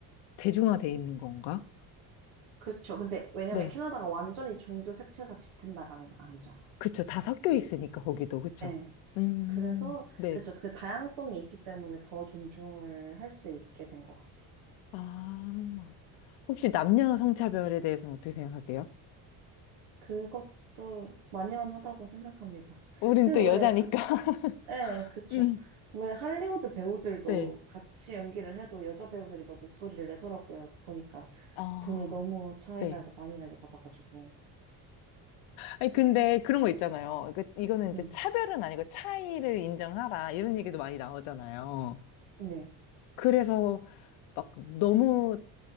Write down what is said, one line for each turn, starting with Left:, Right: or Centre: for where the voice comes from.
Left: 대중화돼 있는 건가?
Right: 그쵸. 근데 왜냐면
Left: 네.
Right: 캐나다가 완전히 종교 색채가 짙은 나라는 아니잖아요.
Left: 그쵸. 다 섞여 있으니까, 거기도. 그쵸.
Right: 네.
Left: 음,
Right: 그래서
Left: 네.
Right: 그쵸. 그 다양성이 있기 때문에 더 존중을 할 수 있게 된 것 같아요.
Left: 아. 혹시 남녀 성차별에 대해서는 어떻게 생각하세요?
Right: 그것도 만연하다고 생각합니다.
Left: 우린
Right: 그
Left: 또 여자니까.
Right: 왜, 예,
Left: <laughs>
Right: 그쵸.
Left: 음.
Right: 왜 할리우드 배우들도
Left: 네.
Right: 같이 연기를 해도 여자 배우들이 막 목소리를 내더라고요. 보니까
Left: 아,
Right: 돈을 너무 차이가
Left: 네.
Right: 많이 나게 받아가지고.
Left: 아니, 근데 그런 거 있잖아요. 그- 이거는
Right: 네.
Left: 이제 차별은 아니고 차이를 인정하라. 이런 얘기도 많이 나오잖아요.
Right: 네.
Left: 그래서 막 너무